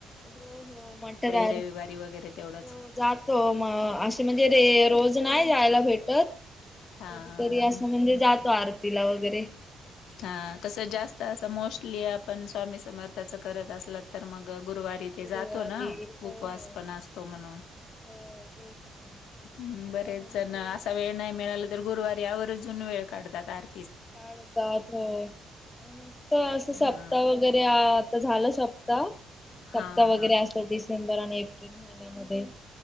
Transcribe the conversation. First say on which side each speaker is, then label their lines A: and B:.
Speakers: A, on the left; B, on the left.
A: हो हो म्हणतातर
B: रविवारी
A: हो
B: वगैरे तेवढंच?
A: जातो मग असे म्हणजे रे रोज नाही जायला भेटत.
B: हां,
A: कधीतरी
B: हां.
A: असं म्हणजे जातो आरतीला वगैरे
B: हा तसं जास्त असं मोस्टली आपण स्वामी समर्थाच करत असल तर मग गुरुवारी ते
A: गुरुवारी
B: जातो ना
A: हो
B: उपवास
A: हो
B: पण असतो म्हणून
A: हो तेच ना
B: हम बरेच
A: आणि म्हणजे
B: ना असा वेळ नाही मिळाला तर गुरुवारी यावजून वेळ काढतात आर
A: काढतात हो मस्त अस सप्ता
B: हां.
A: वगैरे आह. झालं सप्ता
B: हां,
A: सप्ताह वगैरे
B: हां.
A: असतो डिसेंबर आणि एप्रिल महिन्यामध्ये